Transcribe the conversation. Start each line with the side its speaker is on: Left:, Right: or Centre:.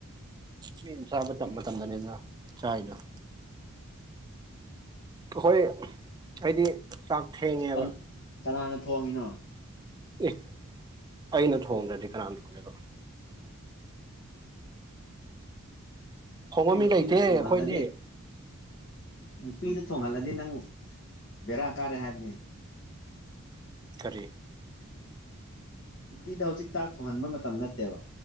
Right: ꯃꯤ ꯆꯥꯕ ꯃꯇꯝꯗꯅꯤꯅ ꯆꯥꯏꯗꫭ ꯑꯈꫭꯏ ꯑꯩꯗꯤ ꯆꯥꯛ ꯊꯦꯡꯉꯦꯕ
Left: ꯀꯟ ꯀꯅꯥꯅ ꯊꯣꯡꯉꯤꯅꯣ
Right: ꯑꯦ ꯑꯩꯅ ꯊꯣꯡꯗ꯭ꯔꯗꯤ ꯀꯅꯥꯅ ꯊꯣꯡꯗꫭꯏꯕ ꯊꯣꯡꯕ
Left: ꯑꯩ ꯅꯨꯄꯤ
Right: ꯃꯤ ꯂꯩꯇꯦ ꯑꯩꯈꯣꯏꯗꯤ
Left: ꯊꫭꯡꯍꯜꯂꯗꯤ ꯅꯨꯄꯤꯗ ꯊꯣꯡꯍꯜꯂꯗꯤ ꯅꯪ ꯕꯦꯔꯥ ꯀꯥꯔꯦ ꯍꯥꯏꯕꯅꯤ
Right: ꯀꯔꯤ
Left: ꯅꯨꯄꯤꯗ ꯍꯧꯖꯤꯛ ꯇꯥꯛ ꯊꯣꯡꯍꯟꯕ ꯃꯇꯝ ꯅꯠꯇꯦꯕ